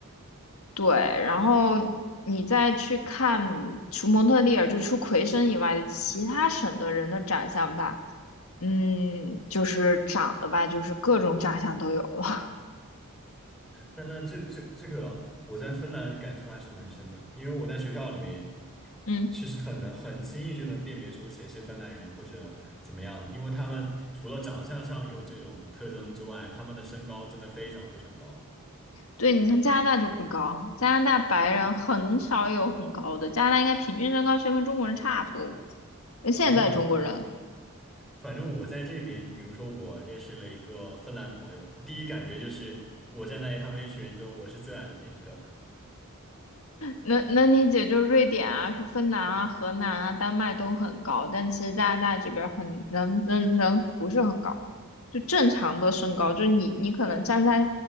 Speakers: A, on the left; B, in the centre.
A: 对，然后你再去看除蒙特利尔就除魁省以外的其他省的人的长相吧，
B: 是。
A: 嗯，就是长得吧，就是各种长相都有了，
B: 那那这这这个，我在芬兰感触还是蛮深的，因为我在学校里面，
A: <laughs> 嗯。
B: 其实很能很轻易就能辨别出谁是芬兰人或者怎么样的，因为他们除了长相上有这种特征之外，他们的身高真的非常非常高
A: 对，你像加拿大就不高，加拿大白人很少有很高的，加拿大应该平均身高其实跟中国人差不多。那现在中国人
B: 啊。反正我在这边，比如说我认识了一个芬兰朋友，第一感觉就是我站在他们一群人中，我是最矮的那一个。
A: 能能理解，就是瑞典啊、说芬兰啊、荷兰啊、丹麦都很高，但其实加拿大这边很人人人不是很高，就正常的身高，就你你可能站在